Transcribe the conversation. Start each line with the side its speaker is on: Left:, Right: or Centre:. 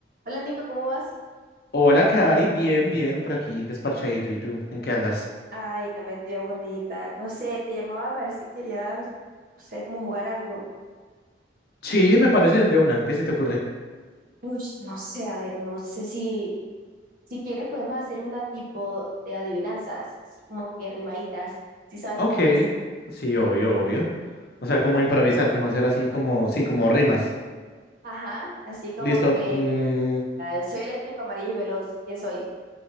Right: Hola Nico, ¿cómo vas?
Left: Hola, Cari, bien, bien, por aquí, desparchadito. ¿Y tú? ¿En qué andas?
Right: Ay, también estoy aburrida. No sé, te llamaba a ver si querías, no sé, como jugar algo.
Left: Sí, me parece de una. ¿Qué se te ocurre?
Right: Uy, no sé, a ver, no sé si, si quieres podemos hacer una tipo de adivinanzas, así como que rimaditas, si sabes
Left: Ok,
Right: cómo es.
Left: sí, obvio, obvio. O sea, como improvisar, como hacer así, como, sí, como rimas.
Right: Ajá, así como
Left: Listo.
Right: que
Left: mm,
Right: eh, soy eléctrico, amarillo y veloz. ¿Quién soy?